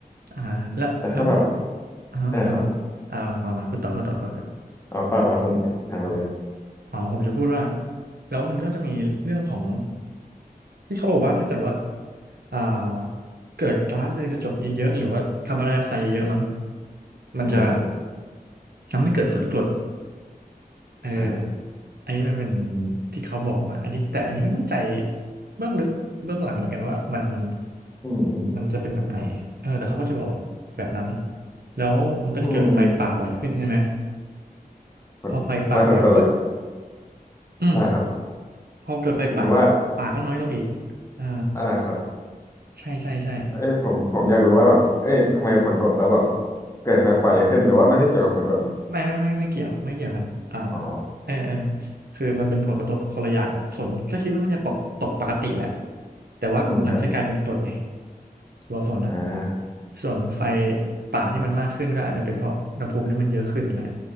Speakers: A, on the right (about 80°); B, on the left (about 20°).
A: อ่าฮะแล้วแล้ว
B: แต่ถ้าแบบ
A: อ่าฮะอ่าฮะอ่ามามามาพูดต่อพูดต่อพูดต่อ
B: อ่าครับเอาป่าป่าคนถามไปเลย
A: อ๋อผมจะพูดว่าแล้วมันก็จะมีเรื่องของที่เขาบอกว่าถ้าเกิดว่าอ่าเกิดก๊าซเรือนกระจกเยอะๆหรือว่าคาร์บอนไดออกไซด์เยอะๆมั้งมันจะ
B: นะครับ
A: ทำให้เกิดฝนกรดเออ
B: อ่า
A: อันนี้มันเป็นที่เขาบอกอ่ะอันนี้แต่อันนี้ไม่มั่นใจเบื้องลึกเบื้องหลังเหมือนกันว่ามันมัน
B: อืม
A: มันจะเป็นแบบไหนเออแต่เขาก็จะบอกแบบนั้นแล้วมันก็จะเกิดไฟป่าบ่อยขึ้นใช่ไหม
B: อืม ผลทำไมผลกดแล้ว
A: พอไฟป่าบ่อยปุ๊บอืม
B: อ่าครับ
A: พอเกิดไฟป่า
B: หมายถึงว่า
A: ป่าก็น้อยลงอีกอ่า
B: อ่าครับ
A: ใช่ใช่ใช่
B: เอ้ยผมผมอยากรู้ว่าแบบเอ้ยทำไมผลกดแล้วแบบเกิดไฟป่าเยอะขึ้นหรือว่าไม่ได้เกี่ยวกับผลกด
A: ไม่ไม่ไม่ไม่เกี่ยวไม่เกี่ยวกันอ่า
B: อ๋อ
A: เออเออคือมันเป็นผลกระทบคนละอย่างแหละฝนก็คิดว่าน่าจะปกตกปกติแหละแต่ว่ามันจะกลายเป็นกรดไง
B: อืมครับ
A: ตัวฝนอะ
B: อ่า
A: ส่วนไฟป่าที่มันมากขึ้นก็อาจจะเป็นเพราะอุณหภูมิที่มันเยอะขึ้นแหละ